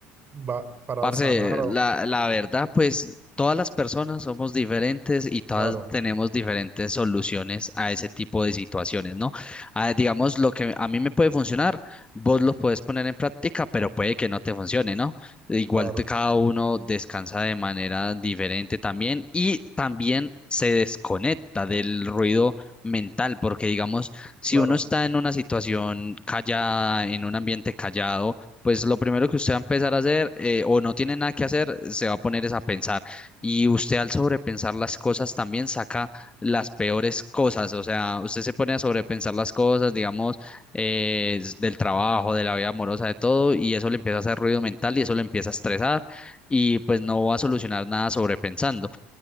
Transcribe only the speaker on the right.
va- para
sanar o...
Claro,
claro,
claro,